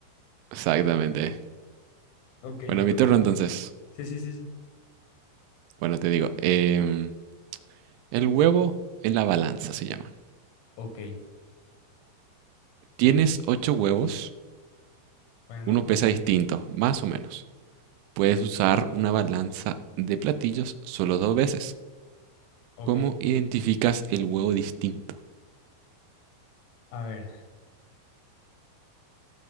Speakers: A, on the right; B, on the left.
A: Exactamente.
B: Ok,
A: Bueno,
B: me toca.
A: mi turno entonces.
B: Sí, sí, sí, sí.
A: Bueno, te digo. em, el huevo en la balanza se llama.
B: Ok,
A: Tienes ocho huevos,
B: bueno,
A: uno pesa distinto, más o menos. Puedes usar una balanza de platillos solo dos veces.
B: ok.
A: ¿Cómo identificas el huevo distinto?
B: A ver,